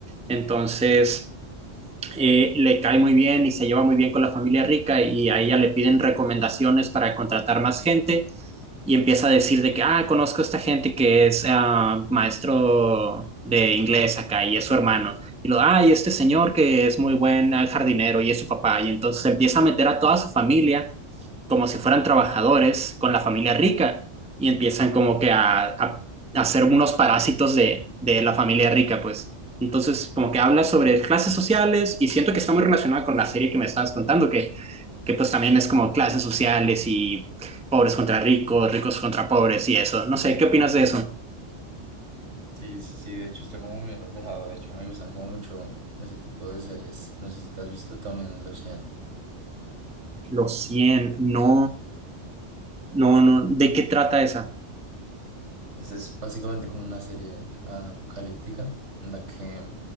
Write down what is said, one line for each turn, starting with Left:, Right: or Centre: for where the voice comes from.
Centre: entonces eh, le cae muy bien y se lleva muy bien con la familia rica y a ella le piden recomendaciones para contratar más gente y empieza a decir de que, ah, conozco a esta gente que es ah, maestro de inglés acá y es su hermano. Y lo, ah, y este señor que es muy buen ah, jardinero y es su papá. Y entonces empieza a meter a toda su familia como si fueran trabajadores con la familia rica y empiezan como que a, a, a ser unos parásitos de, de la familia rica, pues. Entonces, como que habla sobre clases sociales y siento que está muy relacionada con la serie que me estabas contando, que, que pues también es como clases sociales y pobres contra ricos, ricos contra pobres y eso. No sé, ¿qué opinas de eso?
Right: Sí, sí, sí, de hecho está como muy reflejado. De hecho, me gustan como mucho ese tipo de series. No sé si te has visto también El Océano.
Centre: Los 100 no, no, no, ¿de qué trata esa?
Right: Esa es básicamente como una serie apocalíptica en la que,